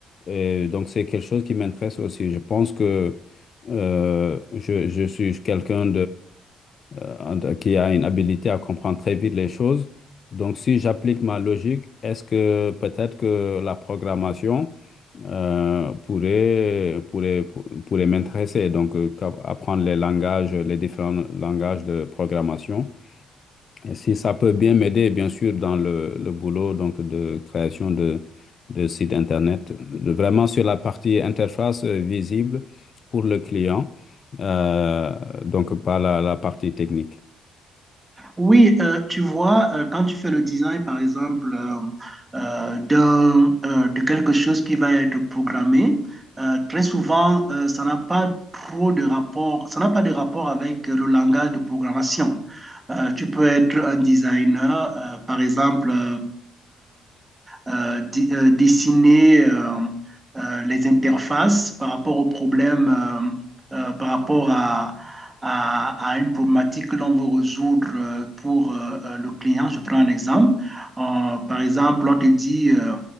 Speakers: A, on the left; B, on the right.
A: Et donc c'est quelque chose qui m'intéresse aussi. Je pense que euh, je, je suis quelqu'un euh, en qui a une habilité à comprendre très vite les choses. Donc, si j'applique ma logique, est-ce que peut-être que la programmation euh, pourrait, pourrait, pour- pourrait m'intéresser, donc euh, qu'à- apprendre les langages, les différents langages de programmation. Et si ça peut bien m'aider, bien sûr, dans le, le boulot donc de création de, de sites Internet, de- vraiment sur la partie interface euh, visible pour le client, euh, donc pas la la partie technique.
B: Oui, euh, tu vois, euh, quand tu fais le design, par exemple, euh, euh, d'un, euh, de quelque chose qui va être programmé, euh, très souvent, euh, ça n'a pas trop de rapport, ça n'a pas de rapport avec euh, le langage de programmation. Euh, tu peux être un designer, euh, par exemple, euh, euh, di- euh, dessiner euh, euh, les interfaces par rapport aux problèmes, euh, euh, par rapport à, à, à, une problématique que l'on veut résoudre euh, pour euh, euh, le client. Je prends un exemple. Euh, par exemple, on te dit, euh,